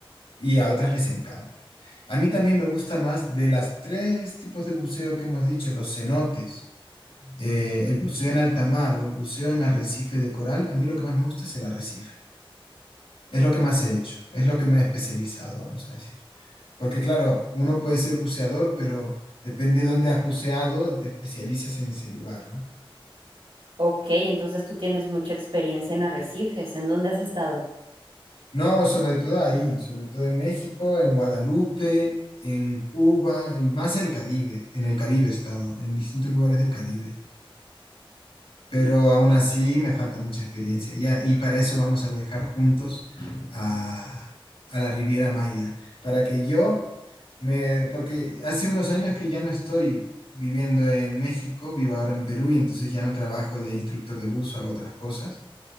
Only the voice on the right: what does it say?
Ok, entonces tú tienes mucha experiencia en arrecifes. ¿En dónde has estado?